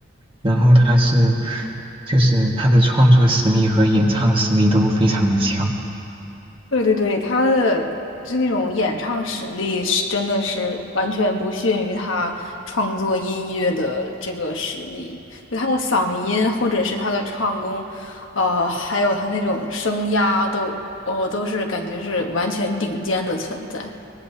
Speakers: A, on the right; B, on the left.
A: 然后他是，就是他的创作实力和演唱实力都非常的强
B: 对对对，他的就那种演唱实力是真的是完全不逊于他创作音乐的这个实力，就他的嗓音或者是他的唱功，呃，还有他那种声压都，哦，都是感觉是完全顶尖的存在，